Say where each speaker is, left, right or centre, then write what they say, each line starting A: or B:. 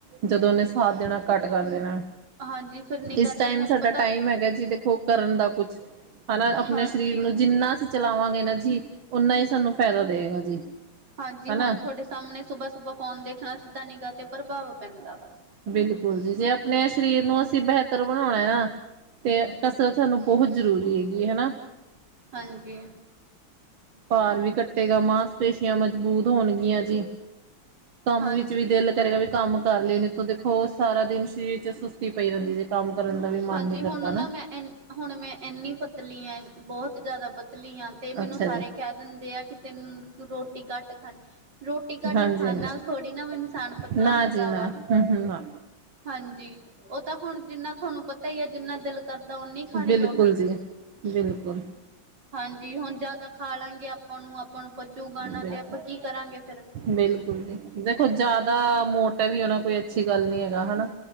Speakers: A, on the right (about 85°); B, on the right (about 60°).
A: ਜਦੋਂ ਉਹਨੇ, ਸਾਥ ਦੇਣਾ ਘੱਟ ਕਰ ਦੇਣਾ।
B: ਹਾਂਜੀ ਫਿਰ ਨਿੱਘਾ
A: ਇਸ
B: ਤੇ
A: ਟਾਈਮ,
B: ਤੁਹਾਨੂੰ
A: ਸਾਡਾ
B: ਪਤਾ
A: ਟਾਈਮ, ਹੈਗਾ ਦੇਖੋ ਕੁੱਛ ਕਰਨ ਦਾ। ਹਨਾ, ਆਪਣੇ
B: ਹਾਂਜੀ
A: ਸਰੀਰ ਨੂੰ ਜਿੰਨਾ ਅਸੀਂ, ਚਲਾਵਾਂਗੇ ਨਾ ਜੀ, ਓਨਾ ਹੀ ਸਾਨੂੰ ਫਾਇਦਾ ਦੇਵੇਗਾ ਜੀ।
B: ਹਾਂਜੀ,
A: ਹਨਾ
B: ਹੁਣ ਤੁਹਾਡੇ ਸਾਹਮਣੇ ਸੁਬਾਹ ਸੁਬਾਹ ਫੋਨ ਦੇਖਣਾ ਸਿੱਧਾ, ਨਿਗਾਹ ਤੇ ਪ੍ਰਭਾਵ ਪੈਂਦਾ ਵਾ।
A: ਬਿਲਕੁਲ ਜੀ, ਜੇ ਆਪਣੇ ਸਰੀਰ ਨੂੰ ਅਸੀਂ ਬੇਹਤ੍ਰ ਬਣਾਉਣਾ ਹੈ ਨਾ? ਤੇ ਕਸਰਤ ਸਾਨੂੰ, ਬਹੁਤ ਜ਼ਰੂਰੀ ਹੈਗੀ ਹਨਾ।
B: ਹਾਂਜੀ।
A: ਭਾਰ ਵੀ ਘੱਟੇਗਾ, ਮਾਸਪੇਸ਼ੀਆਂ ਮਜਬੂਤ ਹੋਣਗੀਆਂ ਜੀ? ਕੰਮ
B: ਹਾਂਜੀ
A: ਵਿੱਚ ਵੀ ਦਿਲ ਕਰੇਗਾ, ਵੀ ਕੰਮ। ਕਰ ਲਇਆ, ਦੇਖੋ ਦੇਖੋ ਉਹ ਸਾਰਾ ਦਿਨ ਸਰੀਰ 'ਚ ਸੁਸਤੀ ਪਈ ਰਹਿੰਦੀ ਜੀ ਕੰਮ। ਕਰਨ ਦਾ ਵੀ ਮਨ
B: ਹਾਂਜੀ,
A: ਨਹੀਂ ਕਰਦਾ
B: ਹੁਣ ਨਾ ਮੈਂ, ਹੁਣ ਮੈਂ ਇੰਨੀ ਪਤਲੀ ਆ, ਬਹੁਤ ਜ਼ਿਆਦਾ ਪਤਲੀ। ਪਤਲੀ ਆ ਤੇ, ਮੈਨੂੰ
A: ਅੱਛਾ
B: ਸਾਰੇ
A: ਜੀ
B: ਕਹਿ ਦਿੰਦੇ ਆ ਕਿ ਤੈਨੂੰ ਤੂੰ ਰੋਟੀ ਘੱਟ ਖਾਣੀ ਰੋਟੀ ਘੱਟ
A: ਹਾਂਜੀ
B: ਖਾਣ
A: ਹਾਂਜੀ
B: ਨਾਲ ਥੋੜੀ ਨਾ ਇਨਸਾਨ, ਪਤਲਾ
A: ਨਾ
B: ਹੁੰਦਾ
A: ਜੀ ਨਾ
B: ਵਾ
A: ਹੂੰ ਹੂੰ ਨਾ
B: ਹਾਂਜੀ। ਜੀ ਉਹ ਤਾਂ ਹੁਣ ਜਿੰਨਾ ਤੁਹਾਨੂੰ ਪਤਾ ਹੀ ਆ, ਜਿੰਨਾ ਦਿਲ ਜਿਨਾਂ ਜੀ, ਕਰਦਾ ਓਨੀ ਖਾਣੀ
A: ਬਿਲਕੁਲ
B: ਰੋਟੀ।
A: ਜੀ ਬਿਲਕੁਲ
B: ਹਾਂਜੀ, ਹੁਣ ਜਿਆਦਾ ਖਾ ਲਾਂ ਗੇ, ਆਪਾਂ ਨੂੰ, ਆਪਾਂ ਨੂੰ ਪਚੂਗਾ,
A: ਬਿਲਕੁਲ
B: ਤੇ ਆਪਾਂ ਕੀ ਕਰਾਂਗੇ ਫੇਰ।
A: ਬਿਲਕੁਲ ਜੀ, ਦੇਖੋ ਜ਼ਿਆਦਾ ਮੋਟੇ ਵੀ ਹੋਣਾ, ਕੋਈ ਅੱਛੀ, ਗੱਲ ਨੀ ਹੈਗਾ ਹਨਾ।